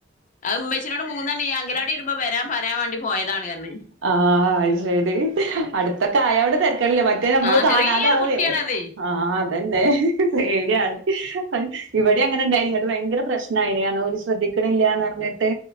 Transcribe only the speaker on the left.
അത് ഉമ്മച്ചിനോട് മൂന്നണി അങ്കലാടി വിട്മ്പോ വരാൻ പറയാൻ വാണ്ടി പോയതാണ് അർഞ്ഞ്
ആഹ്
ചെറിയൊരു കുട്ടിയാണത്